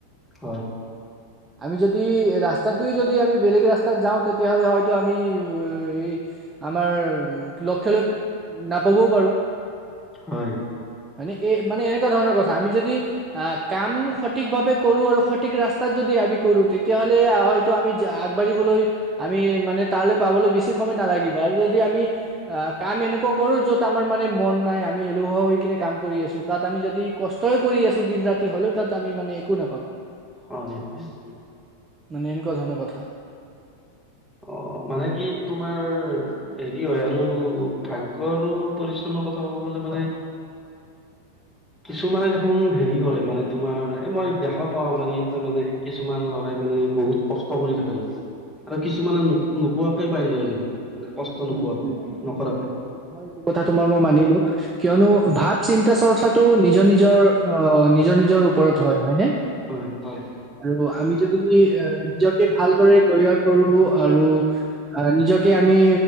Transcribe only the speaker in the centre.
হয়
হয়।
হয় হয় হয়
অ' মানে কি তোমাৰ হেৰি হয় আৰু ভাগ্যয় আৰু পৰিশ্ৰমৰ কথা ক'ব গলে মানে। কিছুমানে দেখোন হেৰি কৰে মানে তোমাৰ এ মই দেখাও পাওঁ আমাৰ ইয়াতে মানে কিছুমান মানে বহুত কষ্ট কৰি থাকে দেখো আৰু কিছুমানে নো নোপোৱাকে পাই যায় দেখোন। মানে কষ্ট নোপোৱাকে
নকৰাকে
হয় হয়